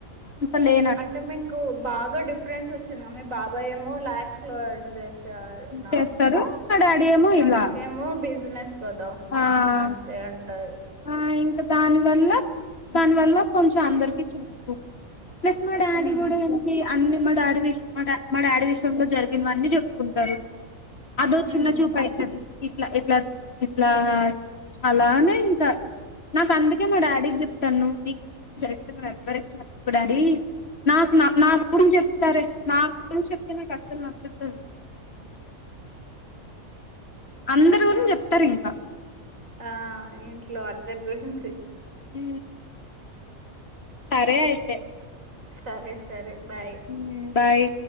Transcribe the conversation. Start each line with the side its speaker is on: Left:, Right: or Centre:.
Left: అంత లేనట్టు
Right: అంటే మీకు బాగా డిఫరెన్స్ వచ్చింది మీ బాబాయ్ ఏమో ల్యాక్స్ లో ఎర్న్ చేస్త సాల్ నా
Left: చేస్తారు మా డాడీ ఏమో
Right: మనకేమో
Left: ఇలా
Right: బిజినెస్ కదా
Left: ఆ
Right: ఇగా అంతే ఉంటది
Left: ఆ ఇంకా దాని వల్ల దాని వల్ల కొంచెం అందరికి చిన్న చూపు ప్లస్ మా డాడీ
Right: ఉమ్
Left: కూడా ఏంటి అన్ని మా డాడీ విష్ మా మా డాడీ విష్ లో జరిగినవన్నీ చెప్పుకుంటారు అదో చిన్న
Right: ఉమ్
Left: చూపు అయతది ఇట్లా ఇట్లా ఇట్లా అలానే ఇంకా నాకు అందుకే మా డాడీకి
Right: ఆ
Left: చెప్తాను నీకు చెప్తే నువ్వు ఎవ్వరి చెప్పకు డాడీ నాకు నా నా గురించి చెప్తారే నా గురించి చెప్తే నాకు అస్సలు నచ్చదు తెలుసా ఎవరికైనా, అందరు గురించి చెప్తారు ఇంకా
Right: ఆ ఇంట్లో అందరి గురించి
Left: ఉ సరే అయితే
Right: సరే సరే బాయ్
Left: ఉమ్ బాయ్